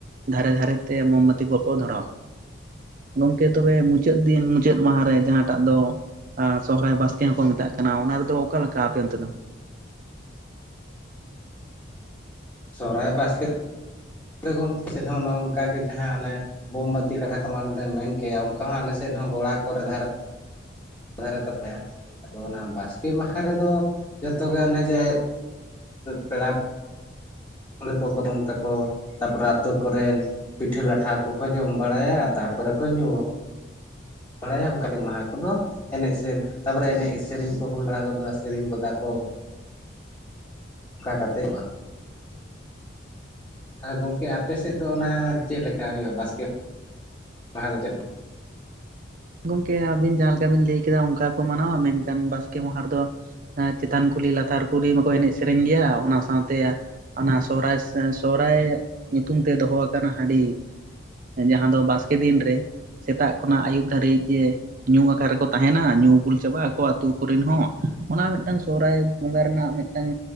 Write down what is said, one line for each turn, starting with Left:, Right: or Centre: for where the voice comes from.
Right: ᱫᱷᱟᱨᱮ ᱫᱷᱟᱨᱮ ᱛᱮ ᱢᱚᱢᱵᱟᱹᱛᱤ ᱠᱚᱠᱚ ᱫᱷᱚᱨᱟᱣᱟ ᱾ ᱜᱚᱝᱠᱮ ᱛᱚᱵᱮ ᱢᱩᱪᱟᱹᱫ ᱫᱤᱱ, ᱢᱩᱪᱟᱹᱫ ᱢᱟᱦᱟᱸ ᱨᱮ ᱡᱟᱦᱟᱸᱴᱟᱜ ᱫᱚ ᱟ ᱥᱚᱦᱚᱨᱟᱭ ᱵᱟᱥᱠᱮ ᱦᱚᱸ ᱠᱚ ᱢᱮᱛᱟᱜ ᱠᱟᱱᱟ ᱚᱱᱟ ᱨᱮᱫᱚ ᱚᱠᱟ ᱞᱮᱠᱟ ᱟᱯᱮ ᱚᱱᱛᱮ ᱫᱚ?
Left: ᱥᱚᱦᱚᱨᱟᱭ ᱵᱟᱥᱠᱮ ᱜᱚᱝᱠᱮ ᱥᱮᱫ ᱦᱚᱸ ᱚᱱᱮ ᱚᱱᱠᱟ ᱜᱮ ᱡᱟᱦᱟᱸ ᱚᱱᱮ ᱵᱳᱢᱵᱟᱹᱛᱤ ᱠᱟᱛᱷᱟ ᱠᱚ ᱢᱟᱲᱛᱮ ᱢᱮᱱ ᱠᱮᱜᱼᱟ ᱚᱱᱠᱟ ᱦᱚᱸ ᱟᱞᱮ ᱥᱮᱫ ᱦᱚᱸ ᱜᱚᱲᱟ ᱠᱚᱨᱮ ᱫᱷᱟᱨᱮ ᱫᱷᱟᱨᱮ ᱛᱚᱯᱟᱭᱟ ᱾ ᱟᱫᱚ ᱚᱱᱟ ᱵᱟᱥᱠᱮ ᱢᱟᱦᱟᱸ ᱨᱮᱫᱚ ᱡᱷᱚᱛᱚ ᱜᱮ ᱚᱱᱮ ᱡᱮ ᱯᱮᱲᱟ ᱯᱟᱹᱦᱲᱟᱹ ᱠᱚ ᱠᱚ <unintelligible> ᱛᱟᱠᱚ ᱛᱟᱯᱚᱨᱮ ᱟᱹᱛᱳ ᱠᱚᱨᱮᱱ ᱯᱤᱴᱷᱟᱹ ᱞᱟᱴᱷᱟ ᱠᱚᱠᱚ ᱡᱚᱢ ᱵᱟᱲᱟᱭᱟ ᱛᱟᱨᱯᱚᱨᱮ ᱠᱚ ᱧᱩ ᱵᱟᱲᱟᱭᱟ ᱚᱱᱠᱟᱜᱮ ᱢᱟᱦᱟᱸ ᱠᱚᱫᱚ, ᱮᱱᱮᱡ ᱥᱮᱨᱮ ᱛᱟᱯᱚᱨᱮ ᱮᱱᱮᱡ ᱥᱮᱨᱮᱧ ᱠᱚ ᱦᱩᱭ ᱵᱟᱲᱟ ᱜᱚᱫᱚᱜᱼᱟ ᱥᱮᱨᱮᱧ ᱜᱚᱫᱟ ᱠᱚ ᱾ ᱚᱱᱠᱟ ᱠᱟᱛᱮᱜ ᱟ ᱜᱚᱝᱠᱮ ᱟᱯᱮ ᱥᱮᱫ ᱫᱚ ᱚᱱᱟ ᱪᱮᱜ ᱞᱮᱠᱟ ᱦᱩᱭᱩᱜᱼᱟ ᱵᱟᱥᱠᱮ ᱢᱟᱦᱟᱸ ᱫᱚ ᱪᱮᱫ
Right: ᱜᱚᱝᱠᱮ ᱟᱹᱵᱤᱱ ᱡᱟᱦᱟᱸ ᱞᱮᱠᱟ ᱵᱤᱱ ᱞᱟᱹᱭ ᱠᱮᱫᱟ ᱚᱱᱠᱟ ᱜᱮ ᱠᱚ ᱢᱟᱱᱟᱣᱟ ᱢᱮᱱᱠᱷᱟᱱ ᱵᱟᱥᱠᱮ ᱢᱟᱦᱟᱸ ᱨᱮ ᱫᱚ ᱮᱸ ᱪᱮᱛᱟᱱ ᱠᱩᱞᱦᱤ ᱞᱟᱛᱟᱨ ᱠᱩᱞᱦᱤ ᱢᱟ ᱠᱚ ᱮᱱᱮᱡ ᱥᱮᱨᱮᱧ ᱜᱮᱭᱟ ᱚᱱᱟ ᱥᱟᱶᱛᱮ ᱚᱱᱟ ᱥᱚᱦᱨᱟᱭ, ᱥᱚᱦᱨᱟᱭ ᱧᱩᱛᱩᱢ ᱛᱮ ᱫᱚᱦᱚ ᱟᱠᱟᱱᱟ ᱦᱟᱺᱰᱤ ᱡᱟᱦᱟᱸ ᱫᱚ ᱵᱟᱥᱠᱮ ᱫᱤᱱ ᱨᱮ ᱥᱮᱛᱟᱜ ᱠᱷᱚᱱᱟᱜ ᱟᱹᱭᱩᱵ ᱫᱷᱟᱹᱨᱤᱡ ᱡᱮ ᱧᱩ ᱟᱠᱟᱨ ᱨᱮᱠᱚ ᱛᱟᱦᱮᱱᱟ ᱧᱩ ᱵᱩᱞ ᱪᱟᱵᱟᱜᱼᱟ ᱟᱠᱚ ᱟᱹᱛᱩ ᱠᱚᱨᱮᱱ ᱦᱚᱸ ᱚᱱᱟ ᱢᱮᱜᱴᱟᱝ ᱥᱚᱦᱨᱟᱭ ᱵᱚᱸᱜᱟ ᱨᱮᱱᱟᱜ ᱢᱮᱜᱴᱟᱝ